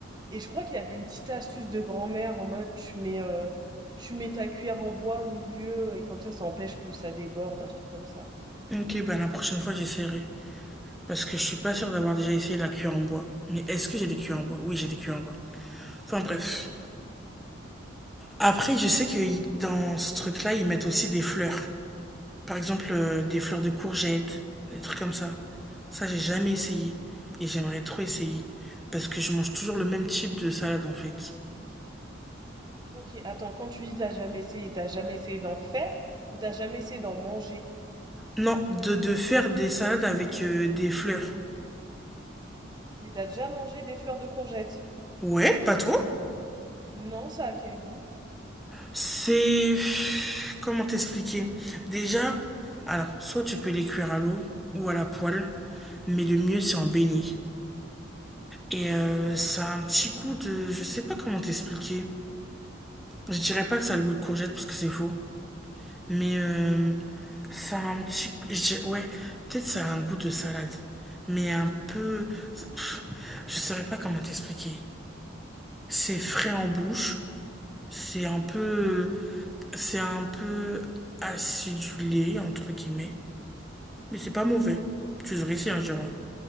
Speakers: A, on the right; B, in the centre.
A: et je crois qu'il y avait une petite astuce de grand-mère en mode tu mets, euh, tu mets ta cuillère en bois au milieu et comme ça, ça empêche que ça déborde, un truc comme ça.
B: Ok, bah la prochaine fois, j'essaierai. Parce que je suis pas sûre d'avoir déjà essayé la cuillère en bois. Mais est-ce que j'ai des cuillères en bois Oui, j'ai des cuillères en bois. Enfin bref. Après, je sais que dans ce truc-là, ils mettent aussi des fleurs. Par exemple, euh, des fleurs de courgettes, des trucs comme ça. Ça, j'ai jamais essayé. Et j'aimerais trop essayer. Parce que je mange toujours le même type de salade, en fait.
A: Ok, attends, quand tu dis t'as jamais essayé, t'as jamais essayé d'en faire ou t'as jamais essayé d'en manger?
B: Non, de, de faire des salades avec euh, des fleurs.
A: Mais t'as déjà mangé des fleurs de courgettes?
B: Ouais, pas toi
A: Non, ça a quel goût?
B: C'est. Comment t'expliquer Déjà, alors, soit tu peux les cuire à l'eau ou à la poêle, mais le mieux c'est en beignet. Et euh, ça a un petit goût de. Je sais pas comment t'expliquer. Je dirais pas que ça a le goût de courgette parce que c'est faux. Mais euh, ça a un petit. je dirais- Ouais, peut-être ça a un goût de salade. Mais un peu. Pff, Je saurais pas comment t'expliquer. C'est frais en bouche. C'est un peu. C'est un peu acidulé, entre guillemets. Mais c'est pas mauvais. Tu devrais essayer un giron.